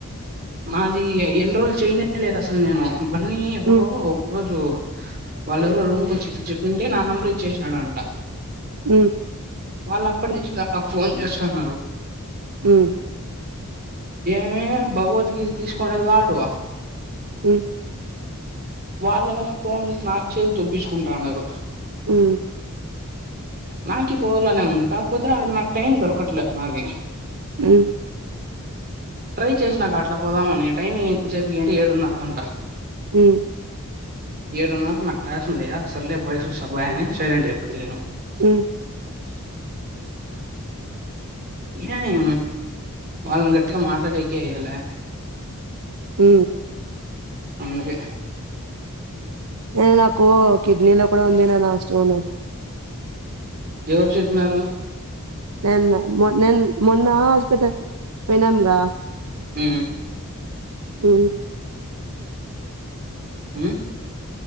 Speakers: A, on the right; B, on the right.
A: మాది ఎన్రోల్ చేయనే లేదు అసలు నేను బన్నీ ఎప్పుడు
B: ఉమ్,
A: ఒక రోజు వాళ్ళెవరో రూమ్కి వచ్చి ఇట్ల చెప్పింటే నా నెంబర్ ఇచ్చేసినాడంట
B: మ్మ్
A: వాళ్ళప్పటి నుంచి నాకు ఫోన్ చేస్తన్నారు
B: మ్మ్
A: ఏమే భగవద్గీత తీసుకొండేది వాడు
B: హమ్మ్
A: వాళ్ళేమో ఫోన్లు నాకు చేసి దొబ్బిచ్చుకుంటాన్నారు
B: ఉ
A: నాకి పోవాలనే ఉంది కాకపోతే ఆడ నాకు టైం దొరకట్లేదు నాకి
B: ఉ
A: ట్రై చేసినక అట్లా పోదామని టైమింగ్ ఏ చెప్ప ఏంటే ఏడున్నర గంట
B: ఉ
A: ఏడున్నరకు నాకు క్లాస్ ఉందియ సర్లే బాయస్ సబాయని సైలెంట్ అయిపోత నేను
B: హ
A: <inaudible> ఏ వాళ్ళన్ గట్గా మాట్లాడకలా
B: అ
A: అందుకే
B: న నాకు కిడ్నీ లో కూడా ఉంది నా లాస్ట్ మను
A: ఎవరు చెప్పినారు
B: నేన్న మొ నేన్ మొన్న హాస్పిటల్ పోయినాంగా
A: హ
B: ఉ
A: హు